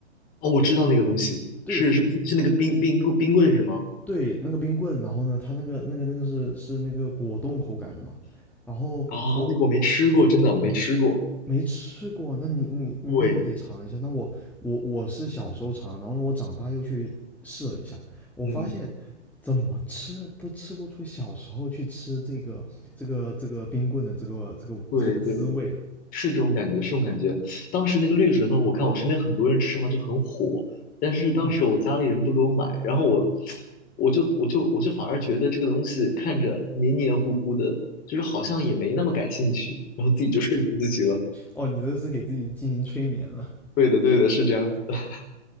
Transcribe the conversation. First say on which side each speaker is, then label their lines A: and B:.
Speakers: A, on the left; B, in the centre.
A: 哦，我知道那个东西，
B: 对
A: 是是是那个冰冰棍冰棍是吗？
B: 对，那个冰棍，然后呢，它那个那个那个是是那个果冻口感的嘛，然后我
A: 啊，那个我没吃过，真的我没吃过。
B: 没吃过，那你你那你得尝一下，
A: 对，
B: 那我我我是小时候尝，然后呢，我长大又去试了一下，我发现
A: 嗯，
B: 怎么吃都吃不出小时候去吃这个这个这个冰棍的这个这个这个滋味了，
A: 对对，是这种感觉，是这种感觉。当时那个绿舌头，我看我身边很多人吃嘛，就很火。但是当时我家里人不给我买，
B: 嗯
A: 然后我，我就我就我就反而觉得这个东西看着黏黏糊糊的，就是好像也没那么感兴趣，然后自己就说服自己了。
B: 哦，你这是给自己进行催眠了。
A: 对的，对的，是这样子的 <laughs>